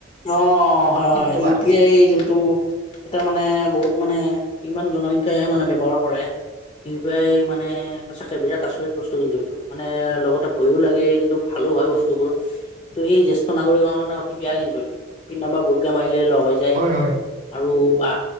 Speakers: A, on the left; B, on the right.
A: অ', অ', হয়
B: কি
A: হয়
B: ক'বা
A: ইউ পি আই যোনটো এয়া মানে বহুত মানে ইমান জনসংখ্য্াই মানে ব্ৱহাৰ কৰে ই পি আই মানে মানে সঁচাকে বিৰাট আচৰিত। বস্তু কিন্তু এইটো মানে লগতে ভয়ো লাগে কিন্তু ভালো হয় বস্তুবোৰ কিু এই জেষ্ঠ নাগৰিক ে অতি বেয়া কিন্তু এইটো পিন নম্বাৰ ভুলকে মাৰিলে লগ হৈ যায়
B: হয় হয়
A: আৰু বা